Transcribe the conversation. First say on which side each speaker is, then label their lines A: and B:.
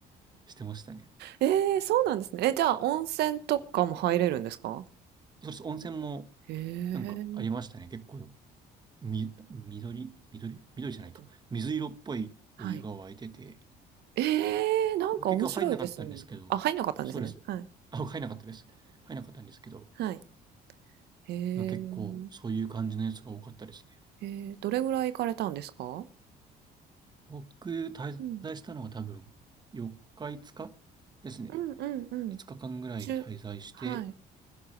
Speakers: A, on the right; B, on the right.
A: してましたね。
B: ええ、そうなんですね。え、じゃあ、温泉とかも入れるんですか？
A: そうです。温泉も
B: へえ。
A: なんかありましたね。結構よ。み、緑、緑、緑じゃないか。
B: 緑
A: 水色っぽいお湯が沸いてて、
B: はい。ええ、なんか面白いですね。
A: 結局入んなかったんですけど、
B: あ、入んなかったんですね。
A: そうです。
B: はい。
A: あ、入んなかったです。入んなかったんですけど、
B: はい。へえ。
A: まあ結構そういう感じのやつが多かったですね。
B: えー、どれぐらい行かれたんですか？
A: 僕、滞在したのは多分4日、
B: うん。
A: 5日ですね。
B: うんうんうん。
A: 5日間ぐらい滞在して、
B: 中はい。